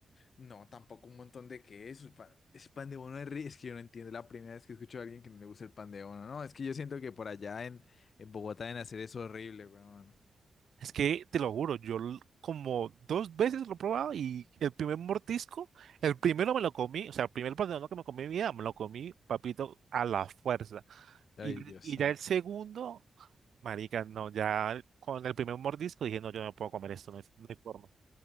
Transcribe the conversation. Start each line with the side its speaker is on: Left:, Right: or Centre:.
Left: no, tampoco un montón de quesos. pa- Es pan de bono de ri- Es que yo no entiendo la primera vez que escucho a alguien que no le gusta el pan de bono. No, es que yo siento que por allá en, en Bogotá deben hacer eso horrible, weón.
Right: Es que te lo juro, yo l- como dos veces lo he probado y el primer mordisco, el primero me lo comí, o sea, el primer pan de bono que me comí en mi vida, me lo comí, papito, a la fuerza.
Left: Ay,
Right: Y,
Left: Dios
Right: y ya el segundo, marica, no, ya con el primer mordisco dije, no, yo no puedo comer esto, no hay, no hay forma.